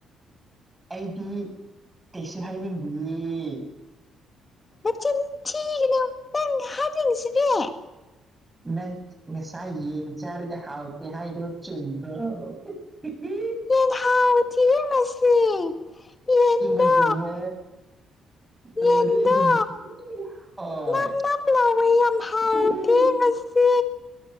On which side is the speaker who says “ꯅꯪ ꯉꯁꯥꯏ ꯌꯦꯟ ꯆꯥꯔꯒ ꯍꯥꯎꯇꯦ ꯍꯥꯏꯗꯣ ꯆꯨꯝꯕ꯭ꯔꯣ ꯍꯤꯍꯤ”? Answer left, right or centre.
Right